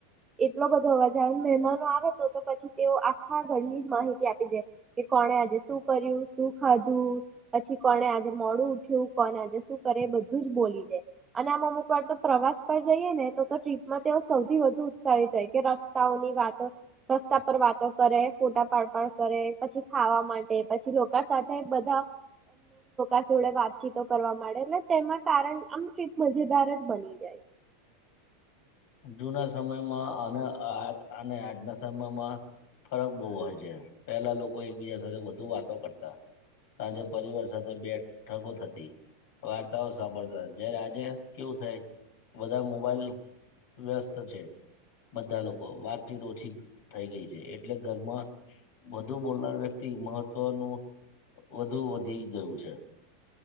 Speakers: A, on the right (about 20°); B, on the left (about 60°).
A: એટલો બધો અવાજ આવે મહેમાનો આવે તો તો પછી તેઓ આખા ઘરની જ માહિતી આપી દે કે કોણે આજે શું કર્યું શું ખાધું પછી કોને આજે મોડું ઉઠ્યું કોને આજે શું કરે બધું જ બોલી દે અને આમ અમુક વાર તો પ્રવાસ પર જઈએ ને તો તો ટ્રીપમાં તેઓ સૌથી વધુ ઉત્સાહિત થાય કે રસ્તાઓ ની વાતો રસ્તા પર વાતો કરે ફોટા પડ પાડ કરે પછી ખાવા માટે પછી સાથે બધા અ જોડે વાતચીતો કરવા માંડે એટલે તેમાં કારણ આમ ચીપ મજેદાર જ બની જાય.
B: જુના સમયમાં અને આ અને આજના સમયમાં ફરક બહુ હોય છે. પહેલા લોકો એકબીજા સાથે વધુ વાતો કરતા સાંજે પરિવાર સાથે બેઠકો થતી વાર્તાઓ સાંભળતા જય્યારે આજે કેવું થાય બધા મોબાઈલ વ્યસ્ત છે. બધા લોકો વાતચીત ઓછી થઈ ગઈ છે એટલે ઘરમાં વધુ બોલનાર વ્યક્તિ મહત્વનું વધુ વધી ગયું છે.